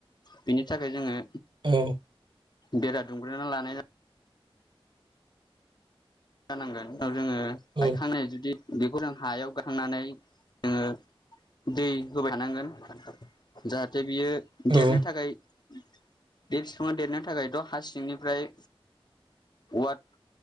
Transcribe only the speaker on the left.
बेनि थाखाय जोङो
बेरा दुंमग्रोना लानाय जानांगोन उनाव जोङो
गायखांनाय जुदि बेखौ जों हायाव गायखांनानै जोङो दै होबाय थानांगोन जाहाथे बियो देरनो
थाखाय बे बिफाङा देरनो थाखायथ' हा सिंनिफ्राय वा